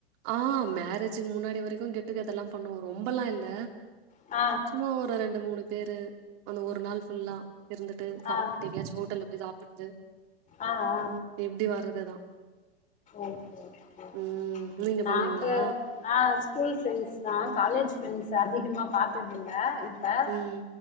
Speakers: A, on the right (about 45°); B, on the left (about 25°).
A: ஆ மேரேஜுக்கு முன்னாடி வரைக்கு கெட் டு கெதர்லா பண்ணுவோ ரொம்பெல்லா இல்ல
B: ஆ
A: சும்மா ஒரு ரெண்டு மூணு பேரு அந்த ஒரு நாள் ஃபுல்லா இருந்துட்டு சாப்பிட்டு
B: ஆ
A: எங்காச்சு ஹோட்டல்ல போய் சாப்பிட்டு டு
B: ஆ ஆ
A: எப்படி வர்றதுதா
B: ஓகே ஓகே
A: ம் நீங்க
B: நாங்க
A: பண்ணுவீங்களா
B: ஆ ஸ்கூல் ஃப்ரெண்ட்ஸ் தா காலேஜ் ஃப்ரெண்ட்ஸ் அதிகமாக பாத்ததில்ல இப் ப
A: ம்